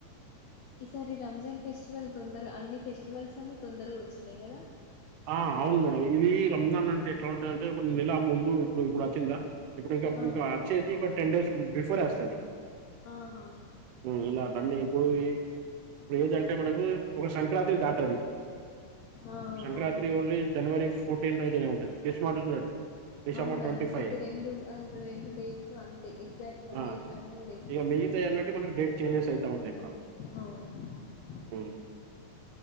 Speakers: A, on the left; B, on the right.
A: ఈసారి రంజాన్ ఫెస్టివల్ తొందర అన్ని ఫెస్టివల్స్ అన్ని తొందరగా వచ్చినాయి కదా
B: ఆ అవును మేడం ఇది రంజాన్ అంటే ఎట్లా ఉంటందంటే ఇప్పుడు నెల ముందు ఇప్పుడు ఇప్పుడు వచ్చిందా ఇప్పుడు <unintelligible>
A: ఆ
B: టెన్ డేస్ బఫోర్ <unintelligible>
A: ఆహా
B: ఇలా రన్ అయిపోయి ఇప్పుడు ఏదంటే మనకు <unintelligible> సంక్రాంతి దాటది
A: ఆ
B: సంక్రాంతి
A: అవును
B: ఓన్లీ జనవరి <unintelligible> ఏం ఉంటది క్రిస్మస్ డిసెంబర్
A: అవునవును
B: ట్వంటీ ఫైవ్
A: అవి రెండు అ రెండు డేట్స్ అంతే ఎగ్జాక్ట్ గా అదే
B: ఆ
A: అదే డేట్స్
B: ఇక
A: వస్తా
B: మిగతాయి అన్నట్టు మనకు డేట్ చేంజెస్ అయితా ఉంటాయి మేడం
A: అవును
B: మ్మ్